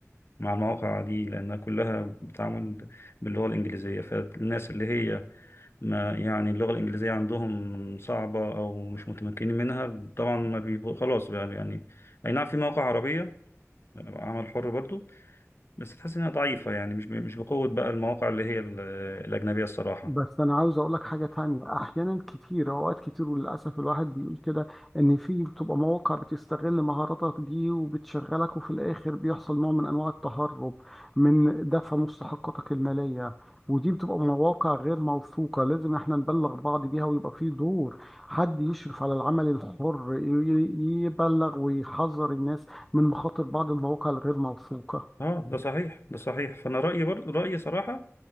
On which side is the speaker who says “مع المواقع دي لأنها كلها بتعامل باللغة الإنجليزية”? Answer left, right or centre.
Left